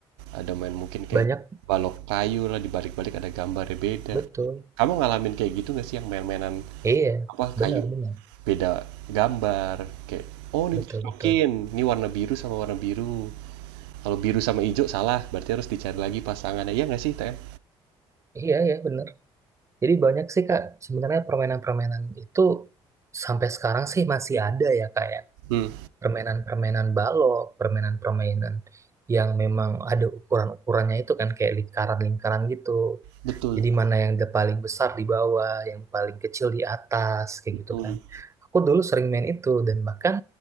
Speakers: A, on the right (about 80°); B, on the right (about 25°).
A: ada main mungkin kayak
B: banyak
A: balok kayu lah dibalik-balik ada gambarnya beda
B: betul
A: kamu ngalamin kayak gitu nggak sih yang main-mainan
B: iya
A: apa
B: benar
A: kayu
B: benar
A: beda gambar kayak oh ini
B: betul
A: dicocokin
B: betul
A: ini warna biru sama warna biru kalau biru sama hijau salah, berarti harus dicari lagi pasangannya. Iya nggak sih, Tem?
B: Iya, ya bener. Jadi banyak sih Kak, sebenarnya permainan-permainan itu sampai sekarang sih masih ada ya kayak
A: Hmm.
B: permainan-permainan balok, permainan-permainan yang memang ada ukuran-ukurannya itu kan kayak lingkaran-lingkaran gitu.
A: Betul,
B: Jadi mana yang the paling besar di bawah, yang paling kecil di atas, kayak
A: betul.
B: gitu kan. Aku dulu sering main itu dan bahkan